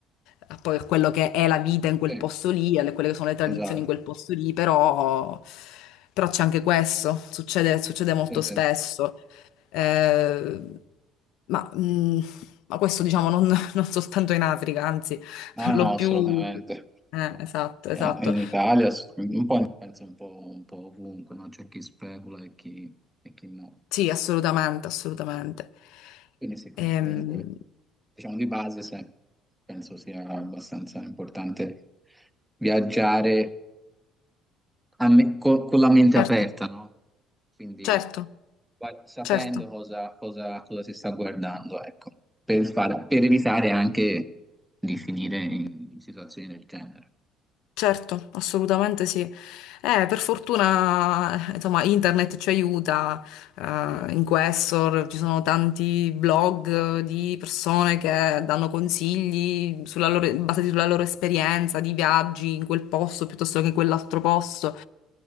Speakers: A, on the left; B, in the centre.
A: a poi a quello che è la vita in quel
B: sì,
A: posto lì, alle quelle che sono le tradizioni
B: esatto,
A: in quel posto lì, però, però c'è anche questo, succede, succede molto
B: sì, sì,
A: spesso.
B: sì.
A: Eh, ma, mh, ma questo diciamo non, <laughs> non soltanto in Africa, anzi,
B: No,
A: per
B: no,
A: lo
B: assolutamente.
A: più... eh, esatto,
B: Eh,
A: esatto.
B: In Italia, ass- un po', in- penso un po', un po' ovunque, no? C'è chi specula e chi, e chi no.
A: Sì, assolutamente, assolutamente.
B: Quindi sì, com-
A: Ehm,
B: comunque, diciamo di base, se- penso sia abbastanza importante viaggiare a me- co- con la mente
A: certo,
B: aperta, no? quindi
A: certo,
B: va- sapendo
A: certo,
B: cosa, cosa- cosa si sta guardando, ecco, per, far- per evitare anche di finire in situazioni del genere.
A: certo, assolutamente sì. Eh, per fortuna, eh, insomma, internet ci aiuta eh,
B: Sì,
A: in Questor, ci sono tanti blog di persone che danno consigli sulla loro- basati sulla loro esperienza di viaggi in quel posto piuttosto che in quell'altro posto.